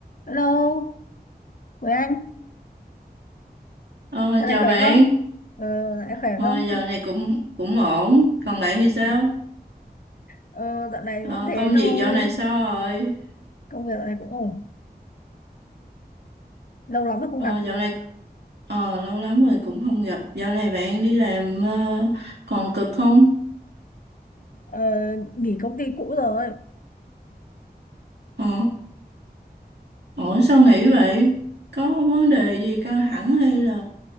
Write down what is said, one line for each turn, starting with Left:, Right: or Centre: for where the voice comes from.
Left: Hello, với anh,
Right: Ờ,
Left: dạo
Right: chào
Left: này khỏe
Right: bạn,
Left: không? Ờ, dạo này khỏe
Right: ờ,
Left: không?
Right: giờ này cũng cũng ổn, còn bạn thì
Left: <laughs>
Right: sao?
Left: Ờ, dạo này
Right: Ờ,
Left: vẫn thế
Right: công
Left: thôi,
Right: việc dạo này sao rồi?
Left: công việc dạo này cũng ổn, lâu lắm rồi không
Right: Ờ,
Left: gặp,
Right: dạo này ờ, lâu lắm rồi cũng không gặp, dạo này bạn đi làm ờ, còn cực không?
Left: ờ, nghỉ công ty cũ rồi,
Right: Ờ, ổn sao nghỉ vậy? Có vấn đề gì căng thẳng hay là